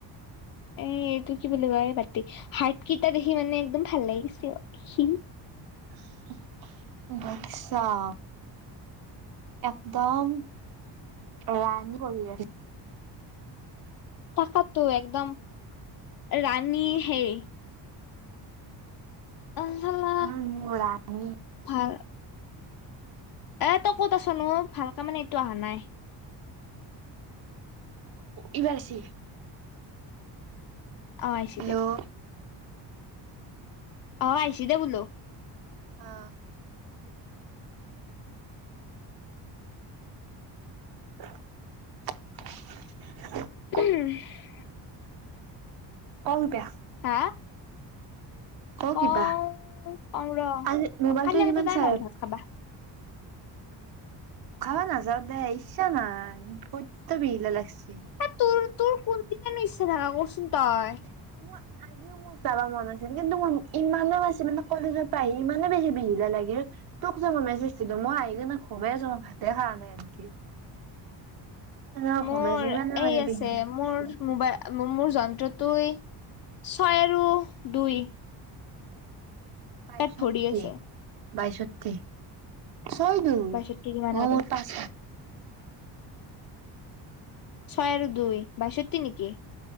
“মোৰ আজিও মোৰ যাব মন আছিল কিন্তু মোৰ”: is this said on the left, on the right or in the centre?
Right